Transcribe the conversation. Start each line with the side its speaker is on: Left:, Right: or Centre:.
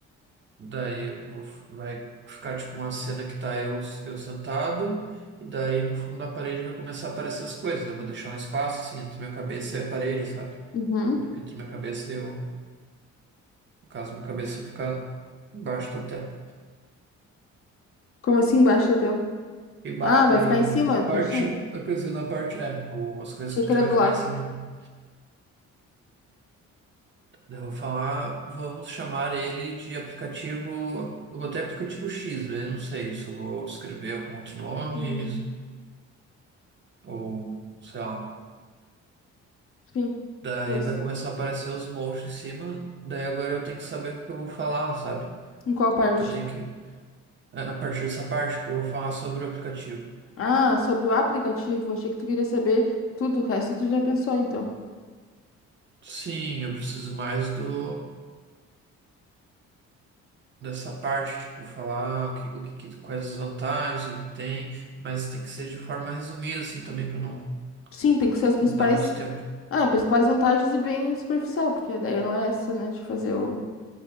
Right: Daí eu vou, vai ficar tipo uma cena que tá eu, eu sentado, e daí no fundo da parede vai começar a aparecer as coisas. Daí Eu vou deixar um espaço assim entre minha cabeça e a parede, sabe?
Left: Uhum.
Right: Entre minha cabeça e eu. No caso, minha cabeça ficar embaixo da tela.
Left: Como assim embaixo do teu?
Right: E, ba
Left: Ah, vai
Right: e
Left: ficar em cima,
Right: na
Left: Turitinha?
Right: parte, quer dizer, na parte, é, o, as coisas
Left: Achei
Right: escritas
Left: que era
Right: vai
Left: do
Right: ficar
Left: lado.
Right: em cima de mim. Eu vou falar, vamos chamar ele de aplicativo. Eu botei aplicativo X, eu não sei se eu vou escrever algum outro nome,
Left: Uhum.
Right: ou sei lá.
Left: Sim,
Right: Daí
Left: pois.
Right: vai começar a aparecer os monstros em cima, daí agora eu tenho que saber o que que eu vou falar, sabe?
Left: Em qual parte?
Right: Porque eu tenho que. É a partir dessa parte que eu vou falar sobre o aplicativo.
Left: Ah, sobre o aplicativo. Achei que tu queria saber tudo. O resto tu já pensou, então.
Right: Sim, eu preciso mais do. Dessa parte, tipo, falar o que, o que, que- quais as vantagens, o que que tem, mas tem que ser de forma resumida, assim, também, para não,
Left: Sim, tem que ser as principais
Right: não dar muito tempo.
Left: Ah, principais vantagens e bem superficial, porque a ideia não é essa, né? De fazer o.